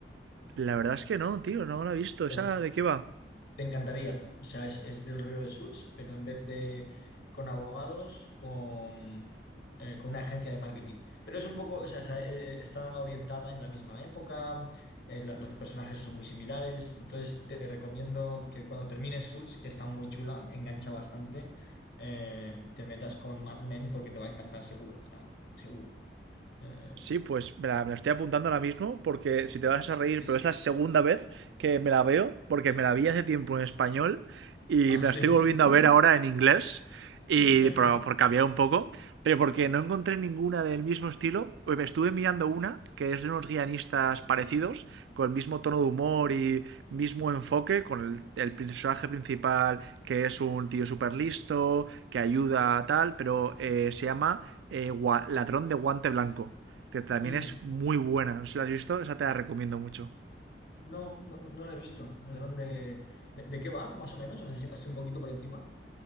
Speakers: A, on the right; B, on the left.
A: La verdad es que no, tío, no la he visto. ¿Esa
B: Pues
A: de qué va?
B: Te encantaría. O sea, es, es del Río de Suits, pero en vez de con abogados, con, eh, con una agencia de marketing. Pero es un poco, o sea, se- eh, eh, está orientada en la misma época, eh, la- los personajes son muy similares. Entonces, te recomiendo que cuando termines Suits, que está muy chula, engancha bastante, eh, te metas con Mad Men porque te va a encantar seguro, o sea, seguro. Eh,
A: Sí, pues me la, me la estoy apuntando ahora mismo porque si te vas a reír,
B: sí,
A: pero
B: sí.
A: es la
B: <laughs>
A: segunda vez que me la veo, porque me la vi hace tiempo en español y
B: Ah,
A: me la
B: sí.
A: estoy volviendo a
B: <laughs>
A: ver ahora en inglés, y
B: Hostia.
A: por, por cambiar un poco, pero porque no encontré ninguna del mismo estilo. Pues Estuve mirando una que es de unos guionistas parecidos, con el mismo tono de humor y mismo enfoque, con el, el personaje principal que es un tío súper listo, que ayuda a tal, pero eh, se llama eh, Gua- Ladrón de Guante Blanco que también
B: Mm.
A: es muy buena. No sé si la has visto, esa te la recomiendo mucho.
B: No, no, no no lo he visto. ¿Ladrón de, de, de qué va, más o menos? Así, así un poquito por encima.